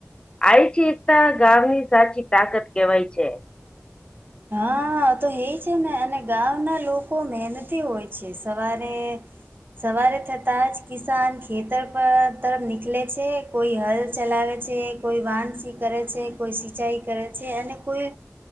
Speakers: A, on the left; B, on the right.
A: આઇ ચેતા ગામની સાચી તાકત કેવાય છે.
B: હા તો હે છે ને અને ગાવના લોકો મેનતી હોય છે સવારે સવારે થતાં જ કિસાન ખેતર પર તરફ નીકલે છે. કોઈ હલ ચલાવે છે કોઈ વાનસી કરે છે કોઈ સિંચાાઈ કરે છે અને કોઈ